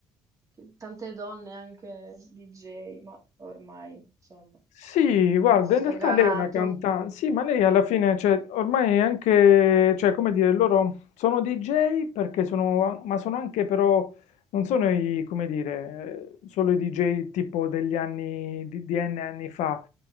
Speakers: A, on the right (about 30°); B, on the left (about 85°).
A: che- tante donne anche DJ, ma ormai, insomma,
B: Sì, guarda,
A: sdoganato.
B: in realtà lei è una cantante, sì, ma lei alla fine, cioè, ormai è anche, cioè, come dire, loro sono DJ perché sono, ma sono anche però, non sono i, come dire, eh, solo i DJ tipo degli anni, di, di N anni fa,